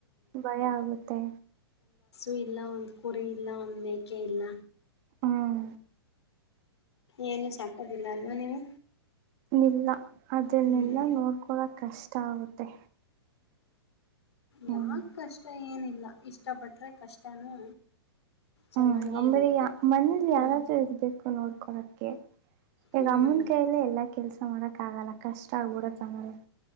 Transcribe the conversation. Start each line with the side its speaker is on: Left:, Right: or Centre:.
Right: ಭಯ ಆಗುತ್ತೆ
Left: ಇ ಇಲ್ಲ ಒಂದ್ ಕುರಿ ಇಲ್ಲ ಒಂದ್ ಮೇಕೆ ಇಲ್ಲ.
Right: ಹ್ಮ್
Left: ಏನು ಸಾಕೋದಿಲ್ಲ ಅಲ್ವಾ ನೀವು.
Right: ಇಲ್ಲ ಅದನ್ನೇಲ್ಲಾ
Left: ಹ್ಮ್
Right: ನೋಡ್ಕೊಳಕ್ ಕಷ್ಟ ಆಗುತ್ತೆ.
Left: ಯಾಕ್
Right: ಹ್ಮ್
Left: ಕಷ್ಟ, ಏನಿಲ್ಲ ಇಷ್ಟ ಪಟ್ರೆ ಕಷ್ಟನೂ.... ಚೆನ್ನಾಗೇ
Right: ಹ್ಮ್ ಅಮೇರಿ
Left: ಇರುತ್ತೆ.
Right: ಯಾ ಮನಲಿ ಯಾವಾರಾದರು
Left: ಹ್ಮ್
Right: ಇರ್ಬೇಕು ನೋಡ <unintelligible> ಕೊರಕ್ಕೆೆ <unintelligible> ಈಗ
Left: ಹ್ಮ್
Right: ಅಮ್ಮನ್ ಕೈ ಲೆ ಎಲ್ಲಾ ಕೆಲ್ಸ, ಮಾಡಕ್ ಆಗಲ್ಲ ಕಷ್ಟ ಆಗ್ಬಿಡತ್ತೆಮೇಲೆ